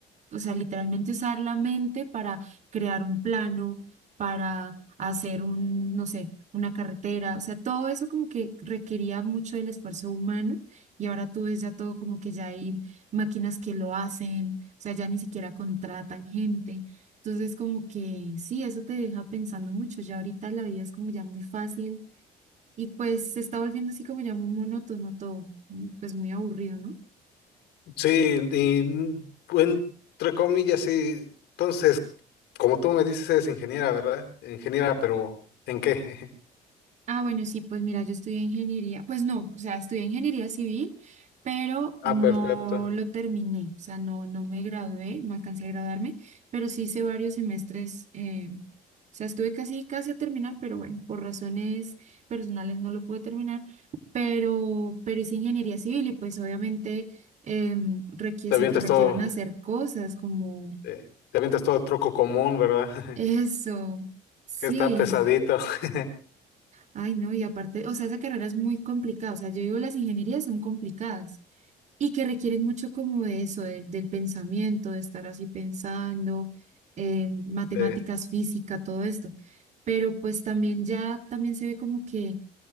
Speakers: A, on the right; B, on the left.
A: o sea, literalmente usar la mente para crear un plano, para hacer un, no sé, una carretera, o sea, todo eso como que requería mucho del esfuerzo humano y ahora tú ves ya todo como que ya hay máquinas que lo hacen, o sea, ya ni siquiera contratan gente. Entonces, como que sí, eso te deja pensando mucho, ya ahorita la vida es como ya muy fácil y pues se está volviendo así como ya muy monótono todo, mm, pues muy aburrido, ¿no?
B: sí, y mm, entre comillas, sí. Entonces, como tú me dices, eres ingeniera, ¿verdad? Ingeniera, pero ¿en qué? <laughs>
A: Ah, bueno, sí, pues mira, yo estudié ingeniería, pues no, o sea, estudié ingeniería civil, pero
B: Ah,
A: no
B: perfecto.
A: lo terminé, o sea, no, no me gradué, no alcancé a graduarme, pero sí hice varios semestres, eh, o sea, estuve casi, casi a terminar, pero bueno, por razones personales no lo pude terminar, pero, pero hice ingeniería civil y pues obviamente em, requiere,
B: Te
A: se
B: avientas
A: requieren
B: todo
A: hacer cosas como
B: Eh, te avientas todo troco común, ¿verdad? <laughs>
A: eso, sí,
B: Que está pesadito. <laughs>
A: Ay, no, y aparte, o sea, esa carrera es muy complicada, o sea, yo digo, las ingenierías son complicadas y que requieren mucho como de eso, del del pensamiento, de estar así pensando, eh, matemáticas,
B: Sí,
A: física, todo esto. Pero pues también ya, también se ve como que